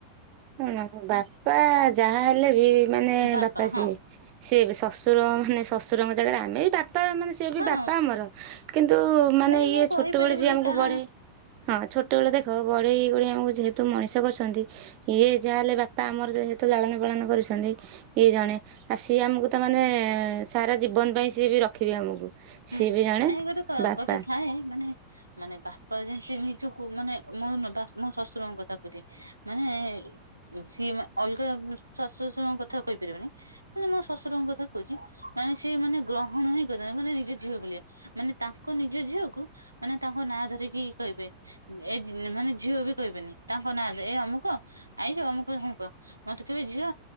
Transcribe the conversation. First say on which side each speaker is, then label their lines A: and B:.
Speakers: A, on the right; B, on the right.
A: ଶୁଣ ବାପା ଯାହା ହେଲେ ବି ମାନେ
B: ବାପା
A: ବା ସ
B: ହଁ
A: ସିଏବି ଶଶୁର। ମାନେ ଶଶୁରଙ୍ଗ ଜାଗାରେ ଆମେ ବି ବାପ। ବାପା ମାନେ ସେଏ ବି
B: ହଁ
A: ବାପା ଆମର କିନ୍ତୁ ମାନେ
B: ନାଇଁ
A: ଇଏ
B: ମୁଁ କହିପାରିବିନି
A: ଛୋଟବେଳେ ଯିଏ ଆମକୁ
B: କାହା
A: ବଢେ ହଁ ଛୋଟବେେଳେ ଦେଖ। ବଢଳେଇ ଗଳି ଆମକୁ ଯେହେତୁ ମଣିଷ କରୁଛନ୍ତି। ଇଏ ଯାହା ହେେଲେ ବାପା ଆମରେତ ଜାଳନ ପାଳନ କରୁଛନ୍ତି ଇଏ ଜଣେ ଆଉ ସିଏ ଆମକୁ ତାମାନୋନେ ସାରା ଜୀବନ ପାଇଁ ସିଏ ବି ରଖିବେ ଆମକୁ
B: ହୁଁ
A: ସିଏ ବି ଜଣେ
B: ନାଇଁ ଗୋଟେ
A: ବାପା।
B: ଗୋଟେ ଥାଏ ମାନେ ମାନେ ବାପା ଯେମ ସେ ନିଜକୁ ମାନେ ମୋର ନୁହଁ ବାପା ମୋ ଶ୍ୱଶୁରଙ୍କ କଥା କହୁଚି। ମାନେ ସିଏ ଅଲଗା ଶାଶୂ ଶ୍ଵଶୁରଙ୍କ କଥା କହିପାରିବିନି। ମାନେ ମୋ ଶ୍ୱଶୁରଙ୍କ କଥା କହୁଚି ମାନେ ସିଏ ମାନେ ଗ୍ରହଣ ହିଁ କରିବେନି ମାନେ ନିଜେ ଝିଅପିଲିଆ ମାନେ ତାଙ୍କ ନିଜ ଝିଅକୁ ମାନେ ତାଙ୍କ ନାଁ ଧରିକି କହିବେ। ଏ ଝି ମାନେ ଝିଅ ବି କହିବେନି ତାଙ୍କ ନାଁ ଧରି। ଏ ଅମୁକ ଆଇଚ? ଅମୁକ କି ସମୁକ। ମତେ କହିବେ ଝିଅ